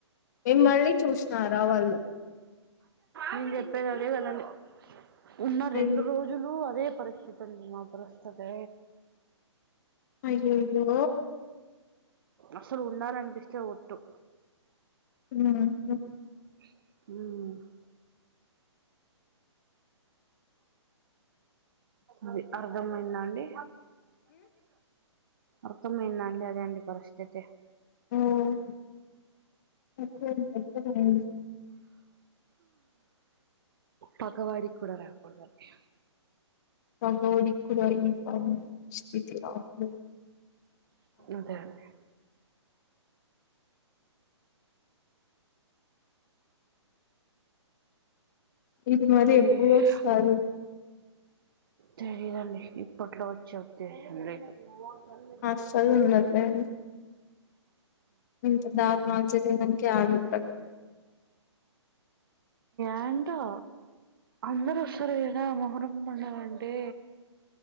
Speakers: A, on the left (about 35°); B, on the right (about 50°).
A: మిమల్ని చూసినారా వాళ్ళు.
B: నేను చెప్పేది అదే కాదండీ ఉన్న
A: అయ్యో
B: రెండు రోజులు అదే పరిస్థితి అండి మా పరిస్థితి.
A: అయ్యయ్యో
B: అసలు ఉండాలనిపిస్తే ఒట్టు
A: మ్
B: మ్ అది అర్ధంమైందా అండి. అర్థమైందండి అదే అండి పరిస్థితి.
A: ఓం వచ్చేది నచ్చేట్టు లేదు.
B: పగవాడి కి కూడా రాకూడదండి.
A: పగోడికి కూడ ఈ పరిస్థితి రాకూడదు.
B: అదే అండి
A: ఇప్పుడు మరి
B: తే-
A: ఎప్పుడు వస్తారు.
B: తెలీదండి ఇప్పట్లో వచ్చే ఉద్దేశ్యం లేదు. మూడు సార్లు తిరిగిపిచ్చినావు.
A: అస్సలు ఉండట్లేదు పొద్దాకా మంచూరియా తినడానికే ఆడుంటాడు.
B: ఏంటో అందరూ వస్తారు ఈడ మొహరం పండగ అంటే